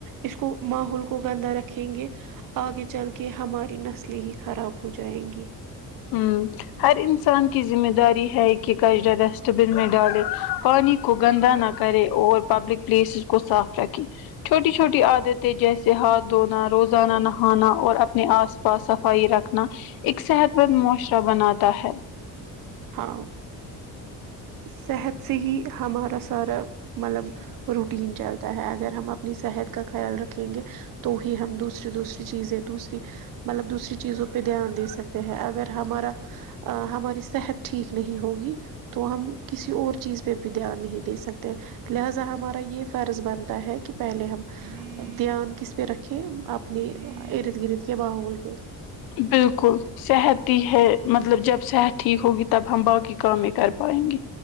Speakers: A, on the right; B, on the left.
A: اس کو ماحول کو گندہ رکھیں گے آگے چل کے ہماری نسلیں ہی خراب ہو جائیں گی
B: ہوں ہر انسان کی ذمہ داری ہے کہ کچرا ڈسٹ بن میں ڈالے پانی کو گندا نہ کرے اور پبلک پلیسز کو صاف رکھے چھوٹی چھوٹی عادتیں جیسے ہاتھ دھونا روز انا نہانا اور اپنے آس پاس صفائی رکھنا ایک صحت بد معاشرہ بناتا ہے
A: ہاں صحت سے ہی ہمارا سارا ملب روٹین چلتا ہے اگر ہم اپنی صحت کا خیال رکھیں گے تو ہی ہم دوسری دوسری چیزیں دوسری ملب دوسری چیزوں پہ دھیان دے سکتے ہیں اگر ہمارا ہماری صحت ٹھیک نہیں ہوگی تو ہم کسی اور چیز پہ بھی دھیان نہیں دے سکتے لہذا ہمارا یہ فرض بنتا ہے کہ پہلے ہم دھیان کس پہ رکھے اپنے ارد گرد کے باحول پہ
B: بالکل صحت ہی ہے مطلب جب صحت ٹھیک ہوگی تب ہم باقی کامےکر پائیں گے